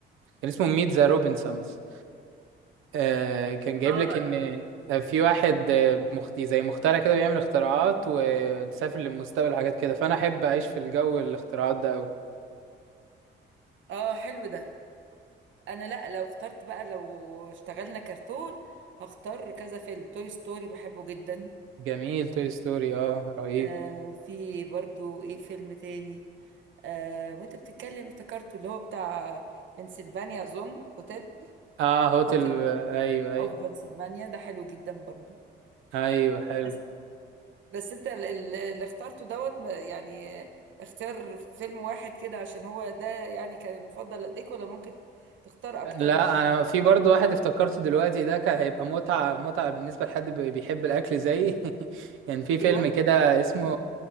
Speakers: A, on the right; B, on the right.
A: كان اسمه ميت ذا روبنسونز آه، كان جايب
B: اه
A: لك ان آه، في واحد آه، مخ- زي مخترع كده بيعمل اختراعات وتسافر للمستقبل وحاجات كده فانا احب اعيش في الجو الاختراعات ده قوي
B: آه حلو ده أنا لأ لو اخترت بقى لو اشتغلنا كرتون هختار كذا فيلم توي ستوري بحبه جدا
A: جميل توي ستوري اه رهيب
B: آه في برضو إيه فيلم تاني آه وانت بتتكلم افتكرته اللي هو بتاع بنسلفانيا اظن هوتيل
A: اه هوتل
B: هوتيل
A: آه، ايوه ايوه
B: اوف بنسلفانيا ده حلو جدا برضو
A: ايوه حلو
B: بس بس انت ال- ال- اللي اخترته دوت ما- يعني اختار فيلم واحد كده عشان هو ده يعني كان المفضل لديك ولا ممكن تختار اكتر
A: لا
B: من حد
A: انا في برضو واحد افتكرته دلوقتي ده كان هيبقى متعة متعة بالنسبة لحد بي- بيحب الاكل زيي <laughs> كان في فيلم
B: ايوه
A: كده اسمه